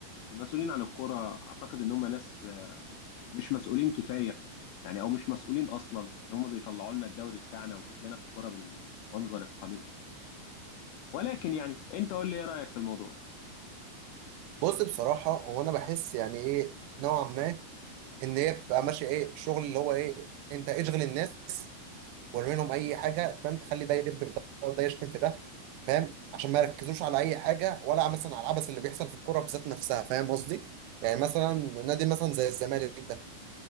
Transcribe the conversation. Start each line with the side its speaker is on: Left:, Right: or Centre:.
Left: المسؤولين عن الكرة اعتقد ان هم ناس مش مسؤولين كفاية يعني او مش مسؤولين اصلا ان هم بيطلعوا لنا الدوري بتاعنا وشكلنا في الكرة بالمنظر القميء ده ولكن يعني انت قول لي ايه رأيك في الموضوع
Right: بص بصراحة هو أنا بحس يعني إيه نوعا ما إن هي بتبقى ماشية إيه شغل اللي هو إيه أنت اشغل الناس وارمي لهم أي حاجة فاهم تخلي ده يدب في ده وده يشتم في ده فاهم عشان ما يركزوش على أي حاجة ولا مثلا على العبث اللي بيحصل في الكورة بذات نفسها فاهم قصدي؟ يعني مثلا نادي مثلا زي الزمالك ده